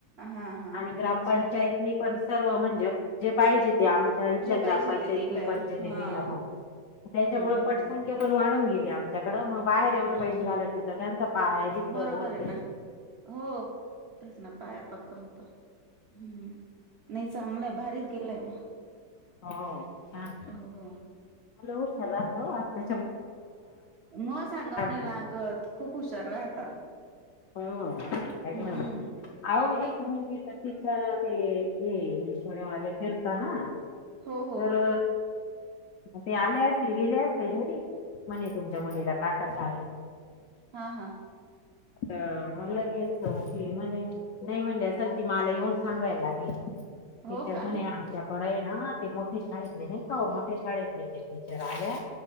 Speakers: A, on the right; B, on the left.
A: हा हा
B: आणि ग्रामपंचायतनी
A: अच्छा
B: पण सर्व म्हणजे जे पाहिजे ते आमच्या इथल्या
A: जे
B: ग्रामपंचायतीनी
A: पाहिजे ते दिलंय
B: पण जेथ
A: हा
B: दिलं हो. त्याच्यामुळे
A: हो ना.
B: पटसंख्या
A: हां,
B: पण वाढून गेली आमच्याकडं मग बाहेर तेवढे पैसे
A: हां.
B: घालायचे
A: हां.
B: तर त्यांचं पाय इथं
A: बरोबर
B: होत
A: आहे ना. हो तस ना पाया पक्क होत. हम्म नाही चांगलंय भारीच केलाय मग
B: हो छान
A: हो,
B: लय उशार राता ओ आत्ता
A: म सांगावणे
B: आहे.
A: लागत खूप हुशार राहता.
B: ह एक
A: हं.
B: ना अह एक म्हणजेचछा ते ये. सोडेवाले फिरता ना
A: हो, हो.
B: तर ते आले असतील गेले असतील घरी म्हणे तुमच्या मुलीला टाका शाळेत.
A: हा हा.
B: आ म लगेल की म्हणे नाही म्हणले असल ती मला येऊन सांगायला लागेल.
A: हो
B: टीचार
A: का?
B: म्हणे आच्या कडय ना ते मोठे शाळेतले नाही का मोठे शाळेतले ते टीचर आल्या